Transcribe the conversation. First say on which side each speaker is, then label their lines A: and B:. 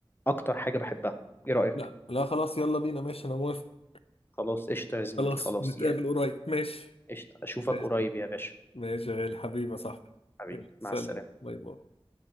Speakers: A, on the left; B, on the left.
A: أكتر حاجة بحبها إيه رأيك؟
B: لا لا خلاص يلا بينا ماشي انا موافق
A: خلاص قشطة يا زميلي
B: خلاص
A: خلاص
B: نتقابل
A: يا
B: قريب ماشي
A: قشطة أشوفك
B: ماشي
A: قريب يا باشا
B: ماشي يا غالي حبيبي يا صاحبي
A: حبيبي
B: يلا، سلام
A: مع السلامة
B: باي باي